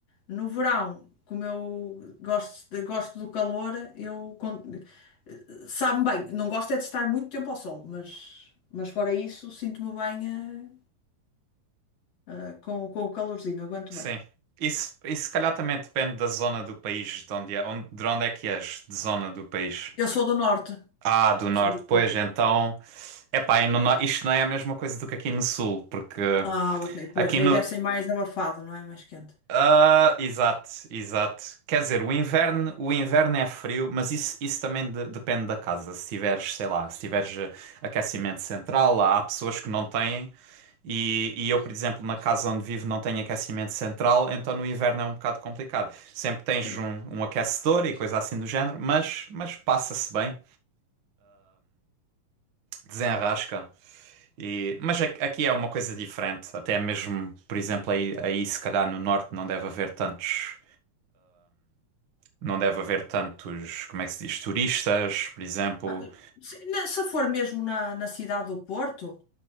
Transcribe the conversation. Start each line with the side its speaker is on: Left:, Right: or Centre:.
Left: no verão, como eu gosto, de- gosto do calor, eu, con- Sabe-me bem, não gosto é de estar muito tempo ao sol, mas, mas fora isso, sinto-me bem eh, eh, com, com o calorzinho, aguento
Right: Sim.
Left: bem.
Right: Isso, isso se calhar também depende da zona do país, de onde é, onde, de onde é que és, de zona do país.
Left: Eu sou do norte,
Right: Ah, do norte,
Left: sou do
Right: pois
Left: Porto.
Right: então. Epá, e no, no- isto não é a mesma coisa do que aqui no sul, porque
Left: Ah, ok, pois,
Right: aqui
Left: aí
Right: no.
Left: deve ser mais abafado, não é? Mais quente.
Right: Ah, exato, exato. Quer dizer, o inverno, o inverno é frio, mas isso, isso também de- depende da casa. Se tiveres, sei lá, se tiveres eh, aquecimento central, há, há pessoas que não têm. E, e eu, por exemplo, na casa onde vivo não tenho aquecimento central, então no inverno é um bocado complicado. Sempre tens
Left: Sim.
Right: um, um aquecedor e coisa assim do género, mas, mas passa-se bem, desenrasca. E, mas aqui aqui é uma coisa diferente. Até mesmo, por exemplo, aí, aí se calhar no norte não deve haver tantos, não deve haver tantos, como é que se diz, turistas, por exemplo.
Left: Ah, se, na- se for mesmo na, na cidade do Porto,